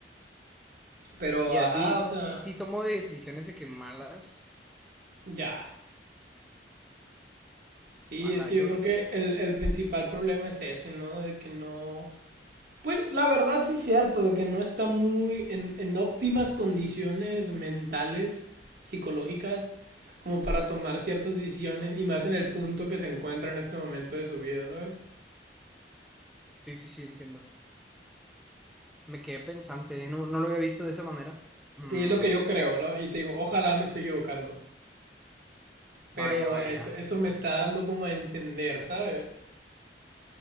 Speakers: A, on the right; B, in the centre.
A: Pero,
B: y,
A: ajá,
B: y
A: o sea,
B: sí, sí tomó decisiones de que malas.
A: ya. Sí,
B: Ala,
A: es que
B: yo,
A: yo creo que el, el principal problema es ese, ¿no? De que no, Pues la verdad sí es cierto, de que no está muy en, en óptimas condiciones mentales, psicológicas, como para tomar ciertas decisiones y más en el punto que se encuentra en este momento de su vida, ¿sabes?
B: sí, sí, sí, entiendo. Me quedé pensante, no, no lo había visto de esa manera. Mm,
A: Sí, es lo que yo creo, ¿no? Y te digo, ojalá me esté equivocando,
B: vaya,
A: pero
B: vaya.
A: es- eso me está dando como a entender, ¿sabes?